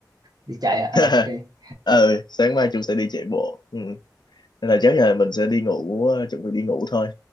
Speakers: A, on the right; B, on the left.
A: đi chạy à? À,
B: <laughs>
A: ok
B: ờ sáng mai chung sẽ đi chạy bộ ừ. Nên là chắc là mình sẽ đi ngủ ờ, chuẩn bị đi ngủ thôi